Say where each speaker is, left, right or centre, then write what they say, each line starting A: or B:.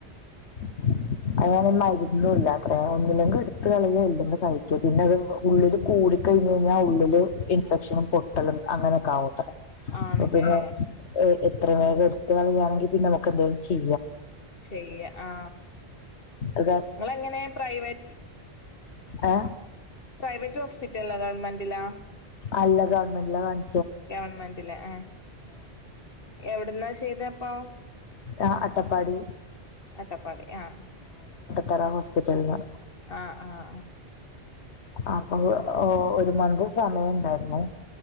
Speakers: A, on the left; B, on the left.
A: <unintelligible> മരുന്നുവില്ല വേണമെങ്കി ഒന്നെങ്കി ട്ത്ത് കളയാ ഇല്ലങ്കി സഹിക്ക്യാ പിന്നത് ഉള്ളില് കൂടി കഴ്ഞ്ഞ ഴ് ഞ്ഞാ ഉള്ളില് ഇൻഫൺ ഷൻ പൊട്ടലും അങ്ങനെക്കാവും <unintelligible>
B: ആണല്ലേ
A: അപ്പൊ പിന്നെ അ് എത്രവേഗം ട്ത്ത് കളയാണങ്കി പിന്നെനമുക്ക് എന്തെങ്കിലും ചെ
B: ചെയ്യാം ആ
A: അത്
B: നിങ്ങളെങ്ങനെ പ്രൈവറ്റ്
A: ആ
B: പ്രൈവറ്റ് ഹോസ്പിറ്റലിലാ ഗവൺമെന്റിലാ
A: അല്ല ഗവൺമെന്റിലാ കാണി
B: ഗവൺമെന്റിലാ ആ എവ്ട്ന്നാ ചെയ്തപ്പോ
A: ആ അട്ടപ്പാടി
B: അട്ടപ്പാടി ആ
A: തറ ഹോസ്പിറ്റല് ന്ന്
B: ആ ആ ആ
A: അപ്പോ ഒ ഒരു മൻത്ത് സമയണ്ടായിരുന്നു